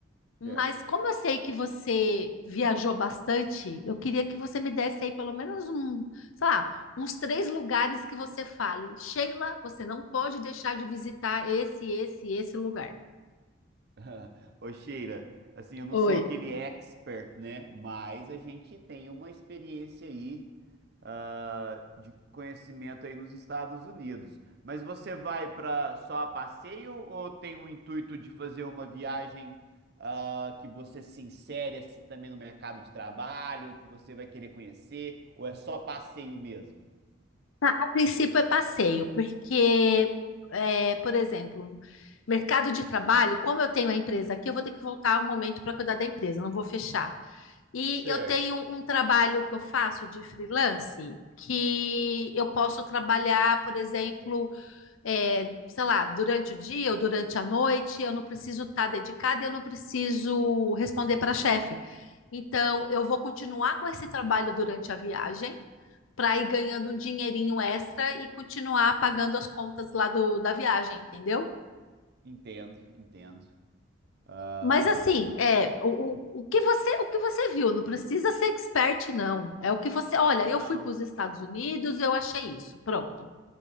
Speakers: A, on the left; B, on the right.
A: Mas
B: certo.
A: como eu sei que você viajou bastante, eu queria que você me desse aí pelo menos um, sei lá, uns três lugares que você fale. Sheila, você não pode deixar de visitar esse, esse, esse lugar.
B: <laughs> Ô, Sheila, assim, eu não
A: Oi.
B: sou aquele expert, né? Mas a gente tem uma experiência aí, ah, de conhecimento aí nos Estados Unidos. Mas você vai para só a passeio ou tem o intuito de fazer uma viagem, ah, que você se insere assim também no mercado de trabalho, que você vai querer conhecer, ou é só passeio mesmo?
A: A a princípio é passeio, porque, é, por exemplo, mercado de trabalho, como eu tenho a empresa aqui, eu vou ter que voltar um momento para cuidar da empresa, não vou fechar. E
B: Certo.
A: eu tenho um trabalho que eu faço de freelance, que eu posso trabalhar, por exemplo, é, sei lá, durante o dia ou durante a noite, eu não preciso estar dedicada, e eu não preciso responder para chefe. Então, eu vou continuar com esse trabalho durante a viagem, para ir ganhando um dinheirinho extra e continuar pagando as contas lá do, da viagem, entendeu?
B: Entendo, entendo. Ah,
A: Mas assim, é, o, o, o que você, o que você viu, não precisa ser expert, não. É o que você, olha,
B: não.
A: eu fui para os Estados Unidos, eu achei isso, pronto.